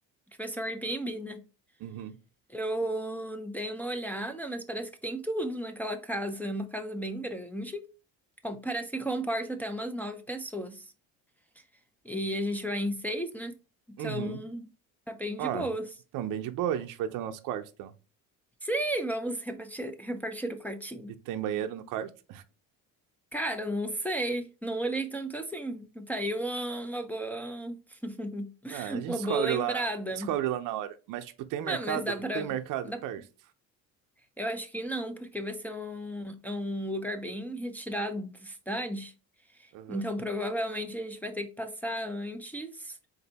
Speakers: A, in the centre; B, on the right.
A: que vai ser o Airbnb, né?
B: Uhum.
A: Eu dei uma olhada, mas parece que tem tudo naquela casa, é uma casa bem grande. Com- Parece que comporta até umas nove pessoas. E a gente vai em seis, né? Então,
B: Uhum.
A: tá bem de
B: Ó,
A: boas.
B: então bem de boa, a gente vai ter o nosso quarto, então.
A: E vamos repartir, repartir o quartinho.
B: E tem banheiro no quarto?
A: Cara, não sei. Não olhei tanto assim. Tá aí uma, uma boa. <laughs>
B: Ah, a gente
A: Uma
B: descobre
A: boa lembrada.
B: lá, descobre lá na hora. Mas, tipo, tem mercado?
A: Ah, mas dá pra.
B: Tem mercado
A: dá-
B: perto.
A: Eu acho que não, porque vai ser um, é um lugar bem retirado da cidade.
B: Aham.
A: Então, provavelmente a gente vai ter que passar antes.